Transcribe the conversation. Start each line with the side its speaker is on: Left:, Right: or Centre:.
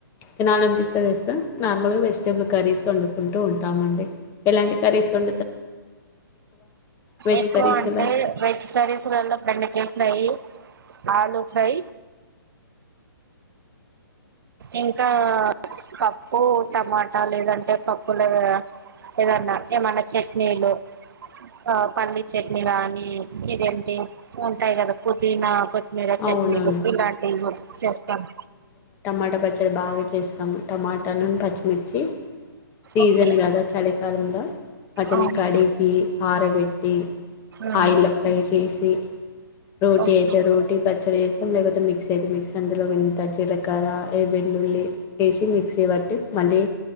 Left: తినాలనిపిస్ నార్మల్గా వెజిటబుల్ కర్రీస్ వండుకుంటూ ఉంటామండి. ఎలాంటి కర్రీస్ వం వెజ్
Right: ఎక్కువ
Left: కర్రీస్
Right: అంటే
Left: ఎలా
Right: వెజ్ కరీస్లల బెండకాయ ఫ్రై ఆలు ఫ్రై ఇంకా పప్పు, టమా ట లేదంటే పప్పులో ఏదన్న ఏమన్న చట్నీలు ఆ పల్లీ చట్నీ గానీ ఇదేంటి ఉంటాయి కదా పుదీనా కొత్మీర చట్నీలు
Left: అవునవును
Right: ఇలాంటివి చేస్తాను
Left: ట పచ్చడ బాగా చేస్తాము టమాటలును పచ్చిమిర్చి సీజన్
Right: ఓకే
Left: కదా చలికాలంలో వాటిని
Right: అవును
Left: కడిగి ఆరబట్టి
Right: ఉమ్
Left: ఆయిల్ల ఫ్రై చేసి రోటీ
Right: ఓకే
Left: అయితే రోటి పచ్చడ చేస్తాం లేకపోతే మిక్స్ అయితే మిక్స్ అందులో వింత జీలకర్ర ఏ వెల్లుల్లి ఏసి మిక్సీ పట్టి మళ్ళీ